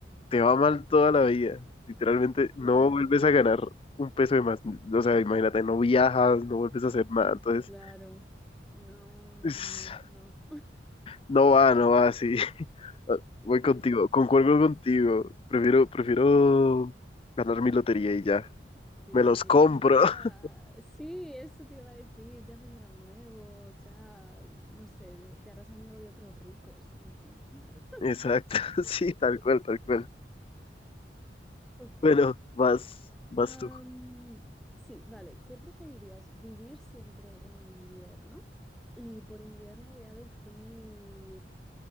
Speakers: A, on the left; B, in the centre.
A: te va mal toda la vida. Literalmente
B: claro,
A: no vuelves a ganar un peso de más. O sea, imagínate, no viajas, no vuelves a hacer nada. Entonces,
B: claro. No, no,
A: es-
B: no, no.
A: no va, no va así. <laughs>
B: <laughs>
A: Voy contigo, concuerdo contigo. Prefiero, prefiero ganar mi lotería y ya.
B: Sí,
A: Me los compro.
B: los amigos
A: <laughs>
B: ya... Sí, eso te iba a decir, ya vendrán nuevos, ya, no sé, te harás amigo de otros ricos como tú. <laughs>
A: Exacto, <laughs> sí, tal cual, tal cual.
B: Ok.
A: Bueno, vas, vas
B: Am,
A: tú.
B: sí, vale. ¿Qué preferirías? ¿Vivir siempre en invierno? Y por invierno voy a decir